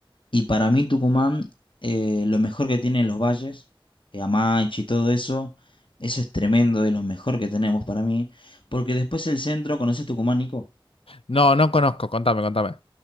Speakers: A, on the left; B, on the left.
A: Y para mí Tucumán, eh, lo mejor que tiene los valles, eh, Amaiche y todo eso, eso es tremendo, es lo mejor que tenemos para mí. Porque después el centro, ¿conoces Tucumán, Nico?
B: No, no conozco, contame, contame.